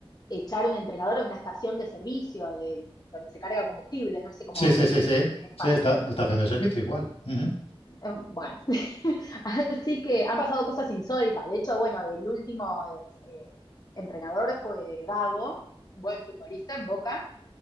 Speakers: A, on the left; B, on the left.
A: echar un entrenador de una estación de servicio de- donde se carga combustible, no sé cómo
B: Sí, sí,
A: le
B: sí,
A: dicen
B: sí.
A: en España.
B: Sí, está, está haciendo el servicio igual. Ujú.
A: Eh, Bueno, <laughs> así que han pasado cosas insólitas. De hecho, bueno, el último es, eh, entrenador fue Gago, buen futbolista en Boca,